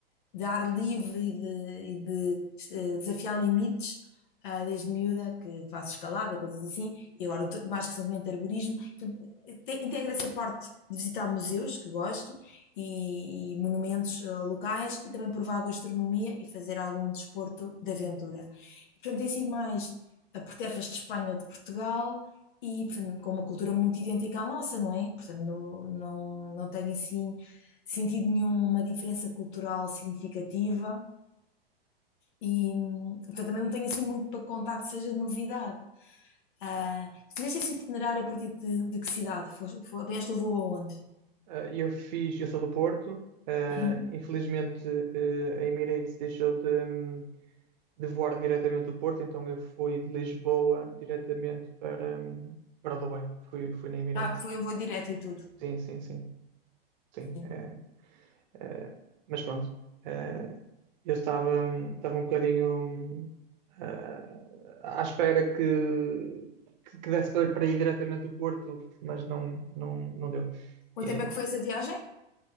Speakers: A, on the left (about 55°); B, on the right (about 50°).
A: de ar livre e de, e de, eh, desafiar limites, ah, desde miúda, que faço escalada, coisas assim, e agora eu tô- mais recentemente arborismo. Portanto, te- Integra essa parte de visitar museus, que gosto, e, e monumentos ah, locais, e também provar gastronomia e fazer algum desporto de aventura. E, portanto, tem sido mais ah, por terras de Espanha ou de Portugal, e portanto, com uma cultura muito idêntica à nossa, não é? Portanto, não, não, não tenho assim sentido nenhuma diferença cultural significativa e, hum, portanto, também não tenho assim muito para contar que seja de novidade. Ah, fizeste esse itinerário a partir de, de que cidade? Foste, foi, apanhaste o voo aonde?
B: Eh, eu fiz, eu sou do Porto, eh,
A: Uhum.
B: infelizmente eh, a Emirates deixou de, de voar diretamente do Porto, então eu fui de Lisboa diretamente para, hum, para Dubai. Fui, fui na Emirates.
A: Ah, foi um voo direto e tudo.
B: Sim, sim, sim, sim.
A: Sim.
B: é, é, mas pronto, é, eu estava, hum, estava um bocadinho hum, ah, à espera que, que, que desse para para ir diretamente do Porto, mas não, não, não deu.
A: Quanto
B: É,
A: tempo é que foi essa viagem?